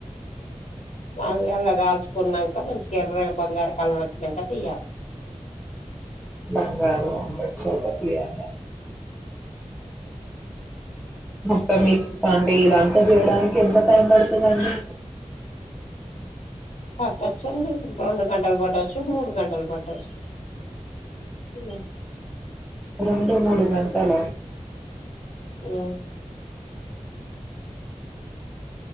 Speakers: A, on the left; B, in the centre.
A: అంగల్లా గాల్చ్ కున్నంక మంచిగా ఎర్రగా బంగారు కలర్ వచ్చినంక ఇగ
B: బంగారు వచాక తియ్యల మొత్తం మీ అంటే ఇలా అంతా చేయడానికి ఎంత టైం పడతదండి
A: అ రెండు గంటలు పటొచ్ మూడు గంటలు పటొచ్ ఇ
B: రెండు మూడు గంటల
A: హుమ్